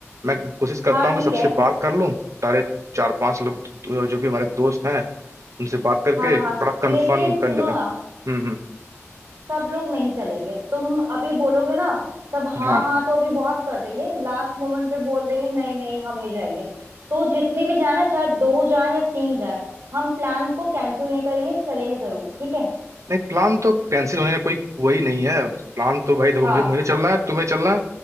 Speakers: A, on the right (about 85°); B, on the right (about 65°).
A: मैं कोशिश करता
B: हाँ
A: हूँ
B: ठीक
A: कि सबसे
B: है
A: बात कर लूँ सारे चार पांच लोग जो भी हमारे दोस्त हैं उनसे बात करके
B: हाँ हाँ
A: थोड़ा कंफर्म
B: लेकिन सुनो
A: कर लेते हैं
B: ना
A: हम्म हम्म
B: सब लोग नहीं चलेंगे तुम अभी बोलोगे ना सब हाँ
A: हाँ
B: हाँ तो अभी बहुत कर देंगे लास्ट मोमेंट पे बोल देंगे नहीं नहीं हम नहीं जाएंगे तो जितने भी जाए ना चाहे दो जाए या तीन जाए हम प्लान को कैंसिल नहीं करेंगे चलेंगे जरूर ठीक है
A: नहीं प्लान तो कैंसिल होने का कोई वही नहीं है प्लान तो भाई देखो
B: हाँ
A: मुझे मुझे चलना है तुम्हें चलना है